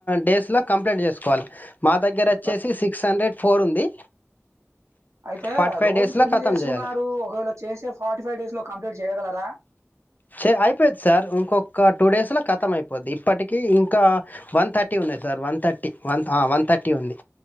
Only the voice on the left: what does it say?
డేస్ లొ కంప్లయింట్ చేసుకో కోవాల మా దగ్గర వచ్చేసి
సిక్స్ హండ్రెడ్ ఫోర్ ఉంది
ఫార్టీ ఫైవ్
డేస్లో
ఖతం
చేయాలి
చె అయిపోది సార్ ఇంకొక్క టూ డేస్లో ఖతం అయిపోద్ది ఇప్పటికీ ఇంకా వన్ థర్టీ ఉన్నయి సార్ వన్ థర్టీ ఆ వన్ వన్ థర్టీ ఉంది